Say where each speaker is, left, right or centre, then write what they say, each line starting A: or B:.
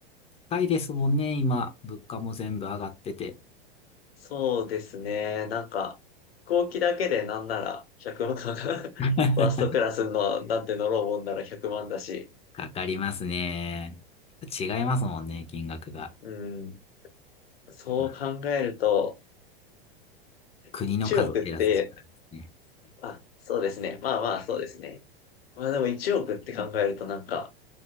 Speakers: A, on the left; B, on the left.
A: 高いですもんね、今。物価も全部上がってて。
B: そうですね。なんか、飛行機だけでなんなら100万、<laughs> ファ
A: <laughs>
B: ーストクラスの、なんて乗ろうもんなら100万だし。
A: かかりますね。違いますもんね、金額が。
B: うん。そう考えると、
A: うん国の数を減らすしかないですね。
B: 1億って、あ、そうですね。まあまあ、そうですね。まあでも1億って考えるとなんか、